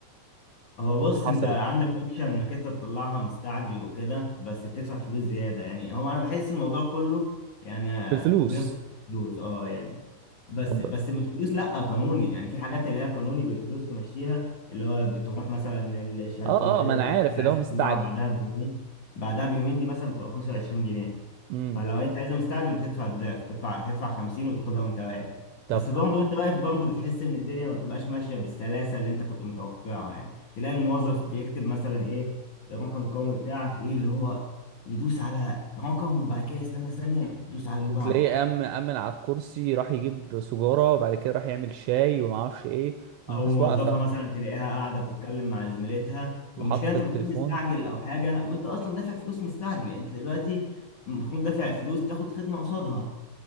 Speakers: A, on the left; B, on the right.
A: هو بص
B: حصلت
A: انت عندك اوبشن انك انت تطلعها مستعجل وكده بس بتدفع فلوس زياده يعني هو انا بحس الموضوع كله يعني آه،
B: بالفلوس
A: بياخد فلوس اه يعني بس
B: طب
A: بس بالفلوس لا قانوني يعني في حاجات اللي هي قانوني بالفلوس تمشيها اللي هو بتروح مثلا ال- شهاده
B: اه
A: الميلاد
B: اه ما انا عارف
A: اللي انت
B: اللي
A: عايز
B: هو مستعجل
A: تطلعها بعدها بيومين بعدها بيومين دي مثلا بتبقى 25 جنيه
B: امم
A: فلو انت عايز مستعجل بتدفع الضعف تدفع تدفع 50 وتاخدها وانت واقف
B: طب
A: بس برضه وانت واقف برضه بتحس ان الدنيا ما بتبقاش ماشيه بالسلاسه اللي انت كنت متوقعها يعني تلاقي الموظف بيكتب مثلا ايه الرقم القومي بتاعك ايه اللي هو يدوس على رقم وبعد كده يستنى ثانية يدوس على اللي
B: وتلاقيه
A: بعده
B: أم أمن على الكرسي راح يجيب سجارة وبعد كده راح يعمل شاي وما اعرفش ايه والناس
A: او موظفة
B: واقفة
A: مثلا تلاقيها قاعدة بتتكلم مع زميلتها والمشكلة
B: وحاطه
A: انت
B: التليفون
A: بتكون مستعجل او حاجة وانت اصلا دافع فلوس مستعجل يعني انت دلوقتي المفروض دافع فلوس تاخد خدمة قصادها